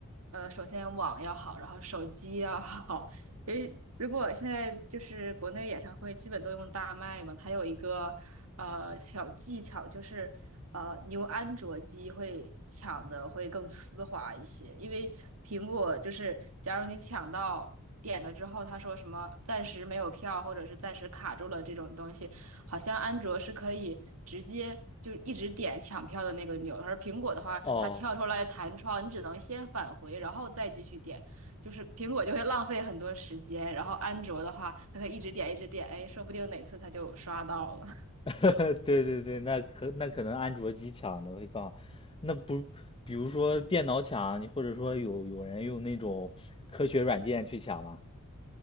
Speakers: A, on the right (about 75°); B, on the left (about 25°).
A: 呃，首先网要好，然后手机要好。因为如果现在就是国内演唱会基本都用大麦嘛，它有一个呃小技巧，就是呃，你用安卓机会抢的会更丝滑一些，因为苹果就是假如你抢到点了之后，他说什么暂时没有票或者是暂时卡住了这种东西。好像安卓是可以直接就一直点抢票的那个钮，而苹果的话，
B: 哦，
A: 它跳出来弹窗，你只能先返回，然后再继续点，就是苹果就会浪费很多时间，然后安卓的话，它可以一直点一直点，哎，说不定哪次它就刷到了。
B: <laughs> 对对对，那可那可能安卓机抢的会更好，那不，比如说电脑抢，你或者说有有人用那种科学软件去抢吗？